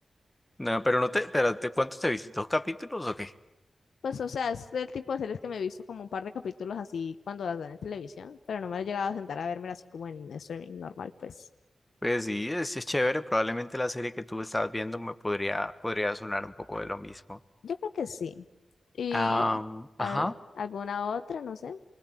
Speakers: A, on the left; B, on the left.
A: No, pero no te, pero te, ¿cuántos te viste? ¿Dos capítulos o qué?
B: Pues, o sea, es el tipo de series que me he visto como un par de capítulos así cuando las dan en televisión, pero no me he llegado a sentar a verme así como en streaming normal, pues.
A: Pues sí, es, sí es chévere. Probablemente la serie que tú estabas viendo me podría, podría sonar un poco de lo mismo.
B: Yo creo que sí. Y
A: Am,
B: a-
A: ajá.
B: alguna otra, no sé.